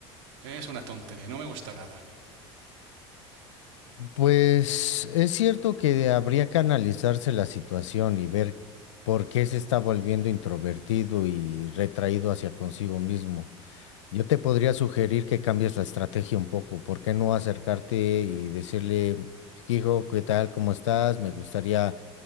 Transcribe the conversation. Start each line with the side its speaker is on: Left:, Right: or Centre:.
Right: Es una tontería, no me gusta nada.
Left: Pues es cierto que habría que analizarse la situación y ver por qué se está volviendo introvertido y retraído hacia consigo mismo. Yo te podría sugerir que cambies la estrategia un poco. ¿Por qué no acercarte y decirle, hijo, ¿qué tal? ¿Cómo estás? Me gustaría